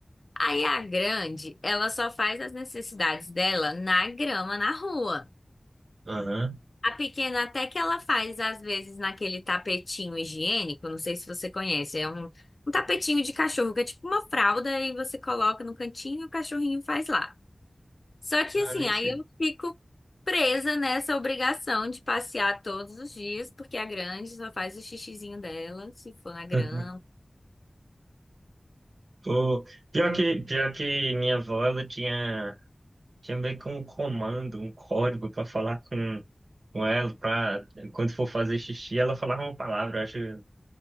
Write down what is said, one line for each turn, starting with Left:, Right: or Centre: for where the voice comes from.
Left: Aí a grande, ela só faz as necessidades dela na grama, na rua.
Right: Aham.
Left: A pequena até que ela faz, às vezes, naquele tapetinho higiênico, não sei se você conhece, é um, um tapetinho de cachorro, que é tipo uma fralda e você coloca no cantinho e o cachorrinho faz lá. Só que
Right: Ah,
Left: assim,
Right: nem
Left: aí
Right: sei.
Left: eu fico presa nessa obrigação de passear todos os dias, porque a grande só faz o xixizinho dela, se for na grama.
Right: <laughs> Pô, pior que, pior que minha avó, ela tinha, tinha meio que um comando, um código pra falar com, com ela, pra quando for fazer xixi, ela falava uma palavra, eu acho,